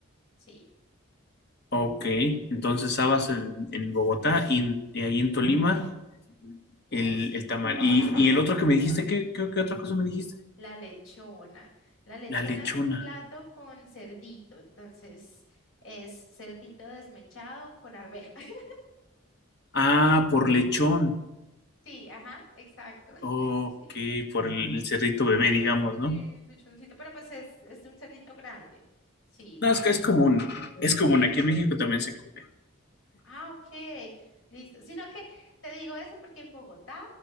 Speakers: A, on the left; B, on the left.
A: Sí,
B: Ok, entonces habas en, en Bogotá y, en- y ahí en Tolima el,
A: sí,
B: el tamal.
A: el
B: Y,
A: tamal,
B: y el otro que me dijiste, ¿qué, qué, qué otra cosa me dijiste?
A: la lechona. La lechona
B: La lechona.
A: es un plato con cerdito, entonces es cerdito desmechado con arveja. <laughs>
B: Ah, por lechón.
A: Sí, ajá, exacto. <laughs>
B: Ok,
A: Sí,
B: por el, el cerrito bebé, digamos,
A: y
B: ¿no?
A: lechoncito, pero pues es, es un cerdito grande. Sí,
B: No, es
A: entonces,
B: que es común, es común,
A: sí,
B: aquí en México también se come.
A: Ah, ok, listo. Sino que te digo eso porque en Bogotá